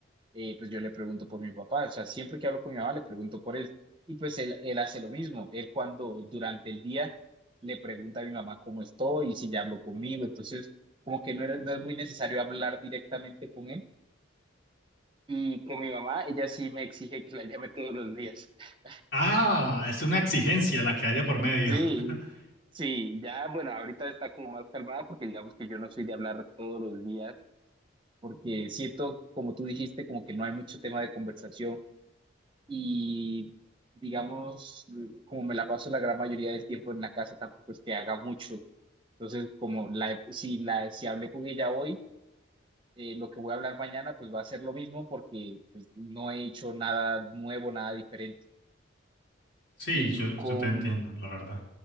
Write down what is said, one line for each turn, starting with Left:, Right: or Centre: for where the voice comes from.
Right: eh, pues yo le pregunto por mi papá. O sea, siempre que hablo con mi mamá, le pregunto por él. Y pues él, él hace lo mismo. Él cuando durante el día le pregunta a mi mamá cómo estoy y si ya habló conmigo. Entonces, como que no era- no es muy necesario hablar directamente con él Y con mi mamá, ella sí me exige que la llame todos los días. <laughs>
Left: Ah, es una exigencia la que hay de por medio.
Right: Sí,
Left: <laughs>
Right: sí, ya, bueno, ahorita está como más calmada porque digamos que yo no soy de hablar todos los días, porque siento, como tú dijiste, como que no hay mucho tema de conversación y digamos, como me la paso la gran mayoría del tiempo en la casa, tampoco es que haga mucho. Entonces, como la, si la, si hablé con ella hoy, eh, lo que voy a hablar mañana, pues va a ser lo mismo porque pues, no he hecho nada nuevo, nada diferente.
Left: Sí,
Right: Y
Left: yo,
Right: con
Left: yo te entiendo, la verdad.